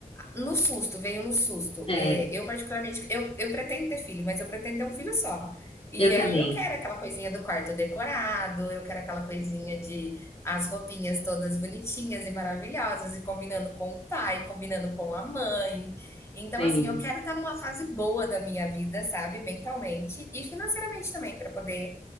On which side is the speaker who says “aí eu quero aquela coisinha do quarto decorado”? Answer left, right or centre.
Left